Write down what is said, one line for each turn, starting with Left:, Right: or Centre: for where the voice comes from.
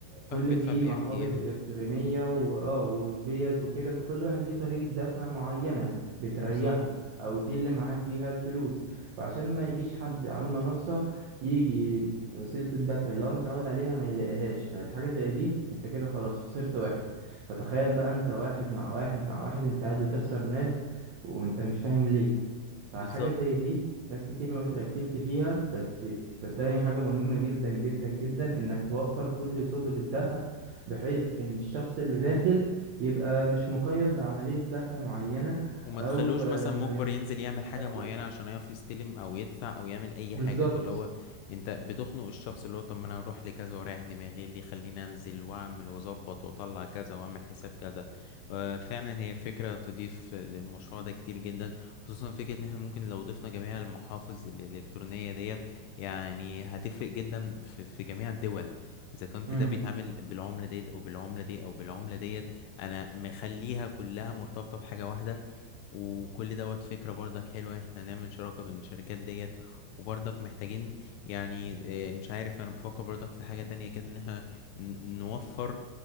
Right: كل
Left: واحد بيدفع
Right: دي
Left: ب
Right: محافظ
Left: RTM
Right: إلكترونية وآه
Left: مم.
Right: والفيز وكده فكل واحد ليه طريقة دفع معينة بتريحه
Left: بالظبط
Right: أو دي اللي معاه فيها الفلوس فعشان ما يجيش حد على المنصة يجي وسيلة الدفع اللي هو متعود عليها ما يلاقيهاش فحاجة زي دي انت كده خلاص خسرت واحد فتخيل بقى انت واحد مع واحد مع واحد انت قاعد بتخسر ناس وانت مش فاهم ليه فحاجة
Left: بالظبط
Right: زي دي ناس كتير ما بتركزش فيها بس صدقني حاجة مهمة جدا جدا جدا انك توفر كل سبل الدفع بحيث ان الشخص اللي داخل يبقى مش مقيد بعملية دفع معينة
Left: وما
Right: او
Left: تخلوش
Right: آه،
Left: مثلا مجبر
Right: ما يكونش
Left: ينزل يعمل حاجة
Right: دافع
Left: معينة
Right: فيها
Left: عشان يعرف يستلم أو يدفع أو يعمل أي
Right: بالظبط
Left: حاجة فاللي هو أنت بتخنق الشخص اللي هو طب ما أنا أروح لكذا وأريح دماغي إيه اللي يخليني أنزل وأعمل وأظبط وأطلع كذا وأعمل حساب كذا آه، فعلا هي فكرة تضيف للمشروع ده كتير جدا خصوصا فكرة إن إحنا ممكن لو ضفنا جميع المحافظ الإلكترونية ديت يعني هتفرق جدا في في جميع الدول إذا كنت
Right: مم.
Left: ده بيتعامل بالعملة ديت أو بالعملة دي أو بالعملة ديت أنا مخليها كلها مرتبطة بحاجة واحدة وكل دوت فكرة برضك حلوة احنا نعمل شراكة بين الشركات ديت وبرضك محتاجين يعني آه، مش عارف انا بفكر برضك في حاجة تانية كده ان احنا ن- نوفر